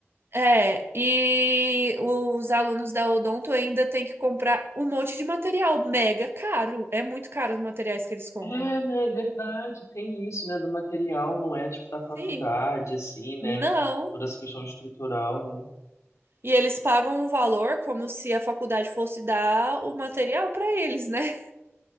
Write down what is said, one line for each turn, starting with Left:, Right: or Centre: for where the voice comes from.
Right: É, e os alunos da Odonto ainda têm que comprar um monte de material mega caro. É muito caro os materiais que eles compram.
Left: É, né, é verdade, tem isso, né, do material, não é, tipo, da faculdade,
Right: Sim,
Left: assim, né,
Right: não.
Left: toda essa questão estrutural, né.
Right: E eles pagam um valor como se a faculdade fosse dar o material para eles, né?